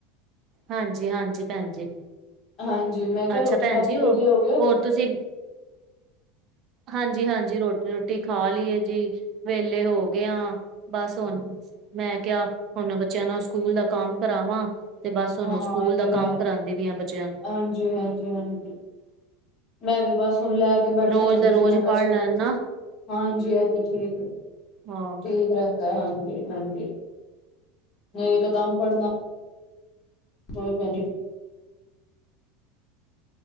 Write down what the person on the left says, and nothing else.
ਹਾਂਜੀ, ਮੈਂ ਕਿਹਾ
ਰੋਟੀ
ਖਾ
ਕੇ
ਵੇਲੇ ਹੋ ਗਏ ਹੋ।
ਹਾਂ,
ਇਹ
ਤੇ
ਹੈ
ਹਾਂਜੀ-ਹਾਂਜੀ-ਹਾਂਜੀ। ਮੈਂ ਵੀ ਬਸ ਹੁਣ ਲੈ ਕੇ ਬੈਠਣ
ਲੱਗੀ
ਸੀ, ਮੈਂ ਕਿਹਾ
ਚਲ
ਹਾਂਜੀ, ਇਹ ਤਾਂ ਠੀਕ ਹੈ।
ਠੀਕ ਰਹਿੰਦਾ ਹਾਂਜੀ-ਹਾਂਜੀ, ਇੱਕ ਦਮ ਪੜ੍ਹਨਾ ਵੇਂ ਭੈਣਜੀ